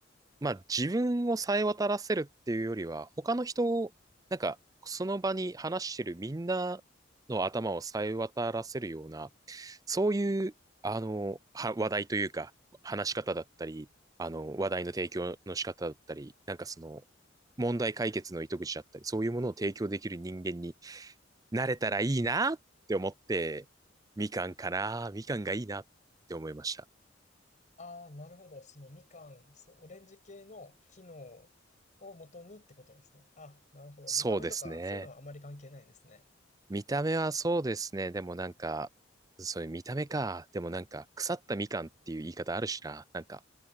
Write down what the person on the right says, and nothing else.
う、まあ自分をさえ渡らせるっていうよりは、他の人を、なんかその場に話してるみんなの頭をさえ渡らせるような、そういう、あの、は話題というか、話し方だったり、あの、話題の提供の仕方だったり、なんかその、問題解決の糸口だったり、そういうものを提供できる人間になれたらいいなって思って、みかんかな、みかんがいいなって思いました。
そうですね。
見た目はそうですね。でもなんか、そういう見た目か。でもなんか、腐ったみかんっていう言い方あるしな。なんか、